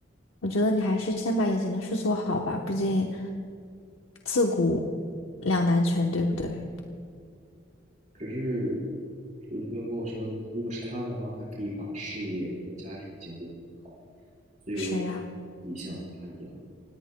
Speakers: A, on the left; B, on the right.
A: 我觉得你还是先把眼前的事做好吧。毕竟，自古两难全，对不对？
B: 可是我女朋友跟我说，如果是她的话，她可以把事业和家庭兼顾的很好，所以我也可以像她一样。
A: 谁呀？